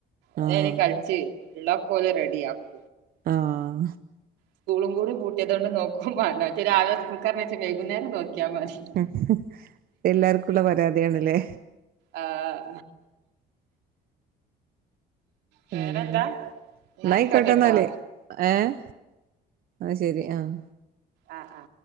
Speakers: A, on the right; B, on the right.
A: ഓരരും
B: ആഹ്
A: കളിച്ചു ഉള്ളകെ ഓൽ റെഡിയ ആകും
B: ആഹ
A: സ്കൂളും കൂടി പുട്ടിയതുകൊണ്ട് നോക്കും മാണ്ടാ മറ്റൊരാവിലെ സ്കൂൾക്ക് പറഞ്ഞത് വൈുന്നേം നോക്കിയാ മതി
B: ഉ എല്ലാർക്കുംള്ള പരാതിയാണല്ലേ
A: ആ ആ വേറെന്താ
B: ഏതായാലും
A: എന്നാ
B: എന്നായിക്കോട്ടെ
A: ഐക്കോട്ടട്ടോ
B: എന്നാല് ഏഹ് ഐശരി ആഹ്
A: ആഹ് ആ